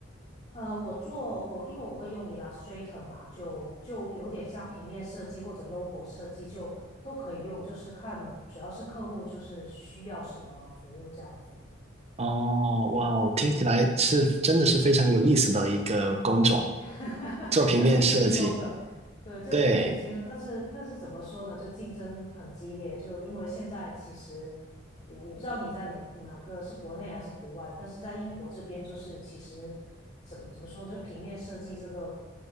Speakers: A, on the left; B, on the right.
A: 呃，我做我因为我会用 Illustrator 嘛，就就有点像平面设计或者 logo 设计，就都可以用，就是看主要是客户就是需要什么服务这样子。
B: 哦，哇哦，听起来是真的是非常有意思的一个工种，
A: 嗯。<laughs>
B: 做平面设计。
A: 就挺轻松的，对，就就挺轻松。
B: 对，
A: 但是但是怎么说呢，就竞争很激烈，就因为现在其实我我不知道你在哪哪个是国内还是国外，但是在英国这边就是其实怎么怎么说呢，就平面设计这个